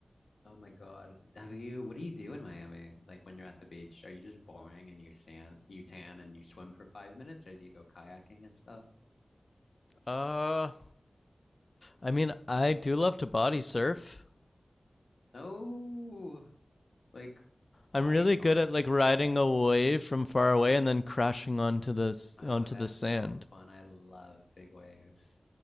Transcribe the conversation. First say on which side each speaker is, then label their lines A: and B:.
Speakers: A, on the left (about 80°); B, on the left (about 45°).
A: Oh my God. Have you, what do you do in Miami? Like when you're at the beach, are you just boring and you sand, you tan and you swim for five minutes or do you go kayaking and stuff?
B: Uh, I mean, I do love to body surf.
A: Oh, like body
B: I'm really
A: sore.
B: good at like riding a wave from far away and then crashing onto the s-
A: Oh,
B: onto
A: that's
B: the sand.
A: so fun. I love big waves.